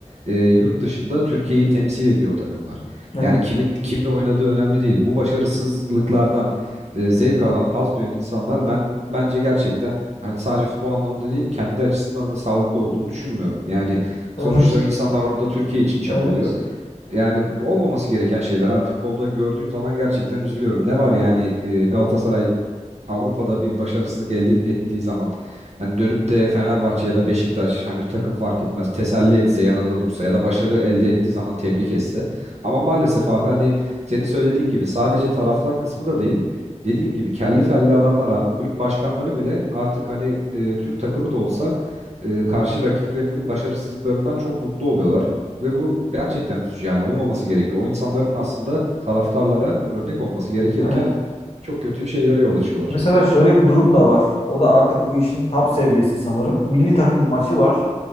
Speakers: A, on the right; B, on the left.
A: e, yurt dışında Türkiye'yi temsil ediyor o takımlar.
B: Evet,
A: Yani kimin kimle oynadığı önemli değil. Bu başarısızlıklardan e, zevk alan, haz duyan insanlar ben bence gerçekten hani sadece futbol anlamında değil kendi açısından da sağlıklı olduğunu düşünmüyorum. Yani sonuçta
B: evet,
A: o insanlar orada Türkiye için çabalıyor.
B: evet,
A: Yani bu olmaması gereken şeyler abi futbolda gördüğüm zaman gerçekten üzülüyorum. Ne var yani e, Galatasaray Avrupa'da bir başarısızlık elde ettiği zaman hani dönüp de Fenerbahçe ya da Beşiktaş hani takım fark etmez teselli etse yanında dursa ya da başarı elde ettiği zaman tebrik etse. Ama maalesef abi hani senin söylediğin gibi sadece taraftar kısmı da değil. Dediğin gibi kelli felli adamlar abi kulüp başkanları bile artık hani e, Türk takımı da olsa e, karşı rakiplerinin başarısızlıklarından çok mutlu oluyorlar. Ve bu gerçekten üzücü yani olmaması gerekiyor. O insanların aslında taraftarlara örnek olması gerekirken
B: evet.
A: çok kötü şeylere yol açıyorlar.
B: Mesela şöyle bir durum da var. O da artık bu işin top seviyesi sanırım. Milli takım maçı var.